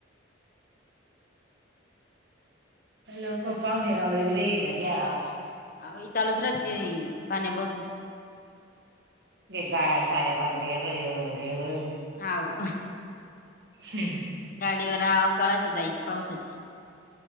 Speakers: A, on the right; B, on the left.
A: लोक पाव नरावळी बिला येणार त्या्या <unintelligible>
B: अ तळुसराची पाण्या बवसाची <unintelligible>
A: का सडे्या बारदयक यो वतीय <unintelligible>
B: हाव.
A: हम्म.
B: गाडीवर अवकाळाची जायची पावसाची.